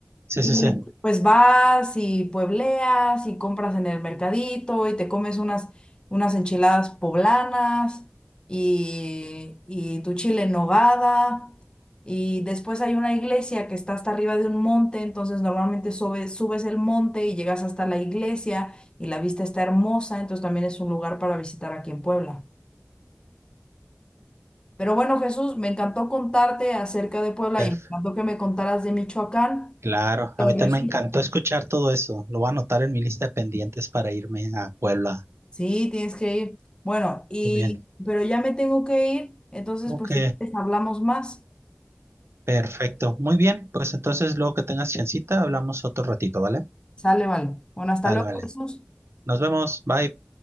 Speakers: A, on the right; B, on the left.
A: sí,
B: Y
A: sí, sí.
B: pues vas y puebleas y compras en el mercadito y te comes unas, unas enchiladas poblanas y, y tu chile en nogada. Y después hay una iglesia que está hasta arriba de un monte, entonces normalmente subes, subes el monte y llegas hasta la iglesia y la vista está hermosa, entonces también es un lugar para visitar aquí en Puebla. Pero bueno, Jesús, me encantó contarte acerca de Puebla
A: Per-
B: y me encantó que me contaras de Michoacán.
A: Claro,
B: Pero
A: a mí también
B: resulta
A: me encantó escuchar todo eso. Lo voy a anotar en mi lista de pendientes para irme a Puebla.
B: Sí, tienes que ir. Bueno, y
A: Muy bien.
B: pero ya me tengo que ir, entonces
A: Ok,
B: pues si quieres hablamos más.
A: perfecto. Muy bien, pues entonces luego que tengas chancita, hablamos otro ratito, ¿vale?
B: Sale, vale. Bueno, hasta
A: Vale,
B: luego,
A: vale.
B: Jesús.
A: Nos vemos. Bye.